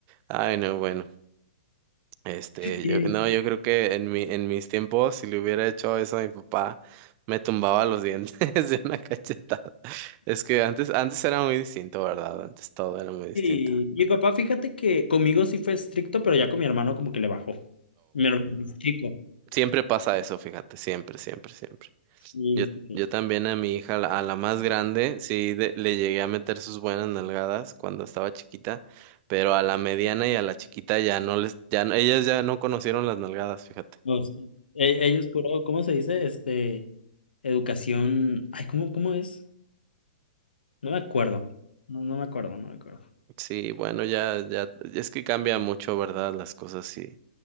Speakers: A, on the right (about 35°); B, on the left (about 85°).
A: Ay, no, bueno. Este,
B: Y,
A: yo, no, yo creo que en mi, en mis tiempos, si le hubiera hecho eso a mi papá, me tumbaba los dientes <laughs> de una cachetada. Es que antes, antes era muy distinto, ¿verdad? Antes todo era muy distinto.
B: y mi papá, fíjate que conmigo sí fue estricto, pero ya con mi hermano como que le bajó. Mi hermano es chico.
A: Siempre pasa eso, fíjate, siempre, siempre, siempre.
B: Sí,
A: Yo,
B: sí, sí.
A: yo también a mi hija, la- a la más grande, sí de- le llegué a meter sus buenas nalgadas cuando estaba chiquita, pero a la mediana y a la chiquita ya no les, ya no- ellas ya no conocieron las nalgadas, fíjate.
B: No, sí. E- ellos puro, ¿cómo se dice? Este, educación. Ay, ¿cómo, cómo es? No me acuerdo. No, no me acuerdo, no me acuerdo.
A: Sí, bueno, ya, ya, es que cambia mucho, ¿verdad? Las cosas y,